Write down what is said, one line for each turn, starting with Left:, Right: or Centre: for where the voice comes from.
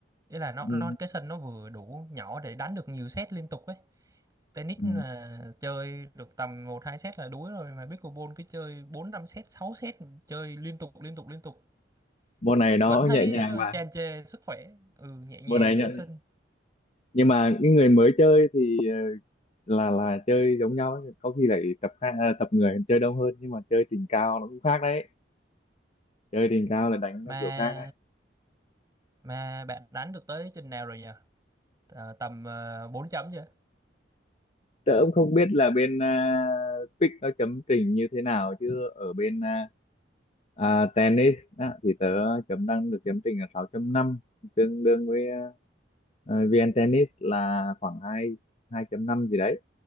Right: ý là nó
Left: ừ.
Right: nó cái sân nó vừa đủ nhỏ để đánh được nhiều set liên tục ấy tennis
Left: Ừ.
Right: là chơi được tầm một hai set là đuối rồi mà pickleball cứ chơi bốn năm set 6 set chơi liên tục liên tục liên tục
Left: môn này nó
Right: vẫn thấy
Left: nhẹ nhàng
Right: ờ,
Left: mà
Right: tràn trề sức khỏe ừ nhẹ nhàng
Left: môn này
Right: dưỡng
Left: nhẹ...
Right: sinh
Left: nhưng mà những người mới chơi thì ờ, là là chơi giống nhau ấy. có khi lại tập khác ờ, tập người chơi đông hơn nhưng mà chơi trình cao nó cũng khác đấy chơi đỉnh cao là đánh
Right: mà
Left: theo kiểu khác đấy
Right: mà bạn đánh được tới trình nào rồi nhỉ Ờ, tầm uh, 4 chấm chưa
Left: tớ cũng không biết là bên uh, pick nó chấm trình như thế nào chứ ở bên à, à, tennis á, thì tớ chấm đang được chấm trình là sáu chấm năm, tương đương với à, à, VN Tennis là khoảng hai hai chấm năm gì đấy